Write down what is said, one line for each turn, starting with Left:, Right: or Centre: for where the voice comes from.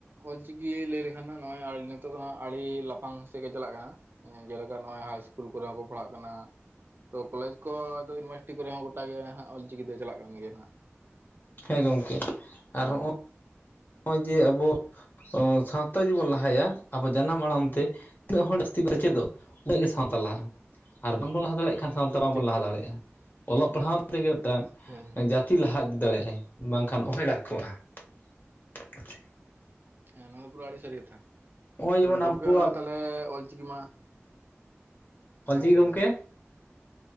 Right: ᱚᱞᱪᱤᱠᱤ ᱞᱟᱹᱭ ᱞᱮᱠᱷᱟᱱ ᱱᱟᱜ ᱱᱚᱜᱼᱚᱭ ᱱᱤᱛᱚᱜ ᱫᱚ ᱦᱟᱸᱜ ᱟᱹᱰᱤ ᱞᱟᱯᱷᱟᱝ ᱥᱮᱫ ᱜᱮ ᱪᱟᱞᱟᱜ ᱠᱟᱱᱟ ᱾ ᱡᱮᱞᱮᱠᱟ ᱱᱚᱜᱼᱚᱭ ᱦᱟᱭ ᱤᱥᱠᱩᱞ ᱠᱚᱨᱮ ᱦᱚᱸᱠᱚ ᱯᱟᱲᱦᱟᱜ ᱠᱟᱱᱟ ᱾ ᱛᱚ ᱠᱚᱞᱮᱡᱽ ᱠᱚ ᱫᱚ ᱤᱭᱩᱱᱤᱵᱷᱟᱨᱥᱤᱴᱤ ᱠᱚᱨᱮ ᱦᱚᱸ ᱜᱚᱴᱟ ᱜᱮ ᱦᱟᱸᱜ ᱚᱞᱪᱤᱠᱤ ᱫᱚ ᱪᱟᱞᱟᱜ ᱠᱟᱱ ᱜᱮᱭᱟ ᱱᱟᱜ ᱾
Left: ᱦᱮᱸ ᱜᱚᱝᱠᱮ ᱟᱨ
Right: ᱦᱮᱸ
Left: ᱦᱚᱜᱼᱚᱭ ᱚᱭ ᱡᱮ ᱟᱵᱚ ᱥᱟᱶᱛᱟ ᱡᱩᱫᱤᱵᱚᱱ ᱞᱟᱦᱟᱭᱟ ᱟᱵᱚ ᱡᱟᱱᱟᱢ ᱟᱲᱟᱝ ᱛᱮ ᱛᱤᱱᱟᱹᱜ ᱦᱚᱲ ᱡᱟᱹᱥᱛᱤ ᱠᱚ ᱥᱮᱪᱮᱫᱚᱜ ᱩᱱᱟᱹᱜ ᱜᱮ ᱥᱟᱶᱛᱟ ᱞᱟᱦᱟᱜᱼᱟ ᱟᱨ ᱵᱟᱝ ᱵᱚᱱ ᱞᱟᱦᱟ ᱫᱟᱲᱮᱜ ᱠᱷᱟᱱ ᱥᱟᱶ ᱵᱟᱝ
Right: ᱴᱷᱤᱠ
Left: ᱵᱚᱱ ᱞᱟᱦᱟ
Right: ᱴᱷᱤᱠ
Left: ᱫᱟᱲᱮᱮᱜᱼᱟ ᱾ ᱚᱞᱚᱜ ᱯᱟᱲᱦᱟᱣ ᱛᱮᱜᱮ ᱢᱤᱫᱴᱟᱝ
Right: ᱦᱮᱸ ᱦᱮᱸ
Left: ᱡᱟᱹ ᱛᱤ ᱞᱟᱦᱟ ᱤᱫᱤ ᱫᱟᱲᱮᱜᱼᱟᱭ ᱵᱟᱝᱠᱷᱟᱱ ᱚᱦᱚᱭ ᱞᱟᱦᱟ ᱠᱚᱜᱼᱟ ᱾ <unintelligible>
Right: ᱦᱮᱸ ᱱᱚᱣᱟ ᱫᱚ ᱯᱩᱨᱟᱹ ᱟᱹᱰᱤ ᱥᱟᱹᱨᱤ ᱠᱟᱛᱷᱟ
Left: ᱱᱚᱜᱼᱚᱭ ᱡᱮᱢᱚᱱ
Right: ᱾ ᱜᱚᱝᱠᱮ
Left: ᱟᱵᱚᱣᱟᱜ
Right: ᱱᱚᱜᱼᱚᱭ ᱛᱟᱦᱚᱞᱮ ᱚᱞᱪᱤᱠᱤ ᱢᱟ
Left: ᱚᱞᱪᱤᱠᱤ
Right: ᱦᱮᱸ ᱞᱟᱹᱭ
Left: ᱜᱚᱝᱠᱮ
Right: ᱵᱤᱱ